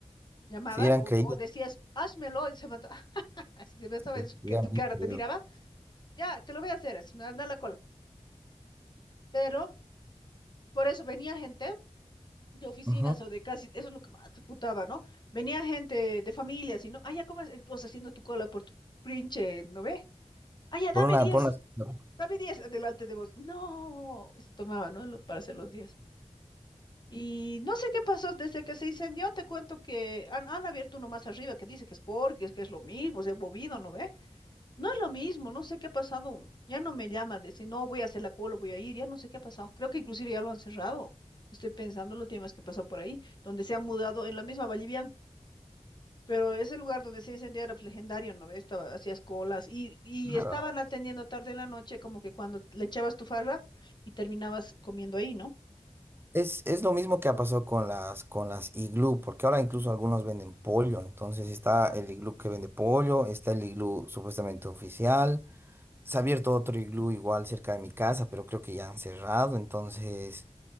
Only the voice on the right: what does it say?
Sí, eran
creídos,
sí,
eran
bien
creídos.
Ujú,
Por
una,
por una.
Claro.
Es, es lo mismo que ha pasado con las, con las iglú, porque ahora incluso algunos venden pollo. Entonces está el iglú que vende pollo, está el iglú supuestamente oficial. Se ha abierto otro iglú igual cerca de mi casa, pero creo que ya han cerrado. Entonces,